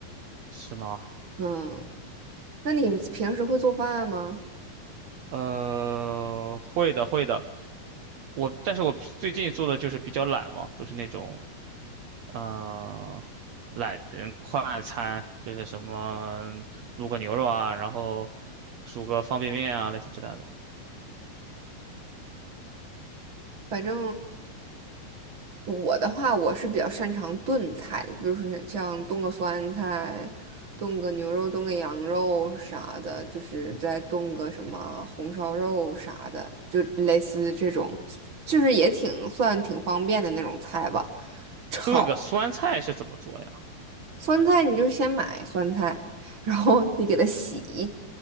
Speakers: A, on the right; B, on the right.
A: 是吗？
B: 嗯。那你平时会做饭吗？
A: 呃，会的会的，我但是我最近做的就是比较懒嘛，都是那种嗯懒人快餐，就是什么卤个牛肉啊，然后煮个方便面啊，类似之类的。
B: 反正我的话，我是比较擅长炖菜的，比如说像炖个酸菜、炖个牛肉、炖个羊肉啥的，就是再炖个什么红烧肉啥的，就类似这种，就是也挺算挺方便的那种菜吧。炒
A: 炖个酸菜是怎么做呀？
B: 酸菜，你就先买酸菜，然后你给它洗，